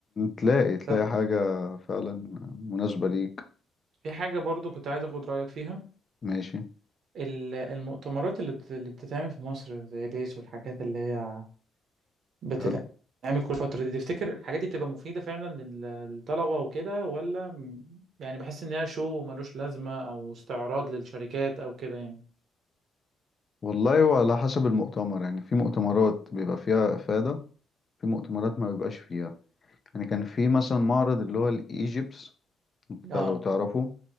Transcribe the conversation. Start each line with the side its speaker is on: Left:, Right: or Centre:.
Left: تلاقي تلاقي
Right: طب
Left: حاجة فعلا مناسبة ليك
Right: في حاجة برضو كنت عايز اخد رأيك فيها
Left: ماشي
Right: ال- المؤتمرات اللي بت- اللي بتتعمل في مصر زي بيس والحاجات اللي هي بتتعمل
Left: حلو
Right: كل فترة دي تفتكر الحاجات دي بتبقى مفيدة فعلا لل- للطلبة وكده ولا م- يعني بحس ان هي شو ملوش لازمة او استعراض للشركات او كده يعني
Left: والله وعلى حسب المؤتمر يعني في مؤتمرات بيبقى فيها إفادة في مؤتمرات ما بيبقاش فيها يعني كان في مثلا معرض اللي هو الإيجيبس بتاع
Right: اه
Left: لو تعرفه